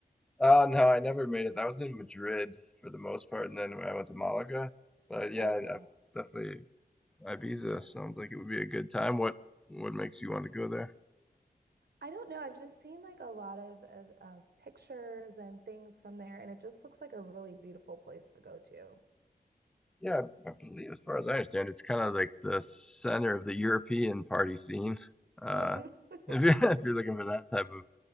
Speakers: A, in the centre; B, on the right (about 75°).
A: Uh, no, I never made it. I was in Madrid for the most part, and then I went to Malaga. But yeah,
B: Okay.
A: I, I definitely Ibiza sounds like it would be a good time. What what makes you want to go there?
B: I don't know. I've just seen like a lot of, of of pictures and things from there and it just looks like a really beautiful place to go to.
A: Yeah, I believe, as far as I understand, it's Kind of like the center of the European party scene. Uh,
B: Mhm.
A: if you're <laughs> if you're looking for that type of